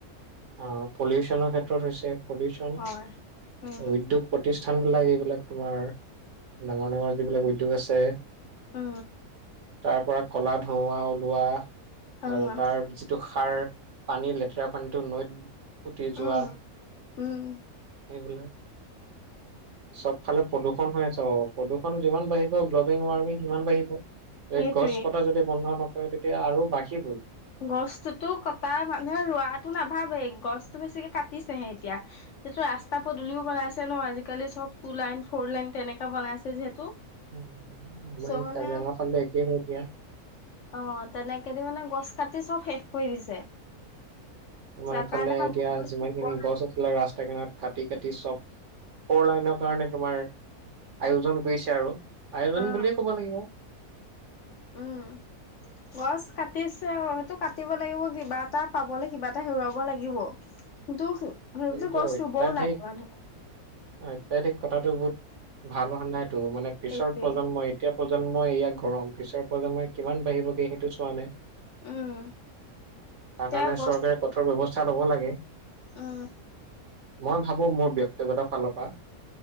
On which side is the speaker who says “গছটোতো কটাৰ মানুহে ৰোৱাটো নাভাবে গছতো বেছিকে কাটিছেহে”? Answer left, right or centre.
Left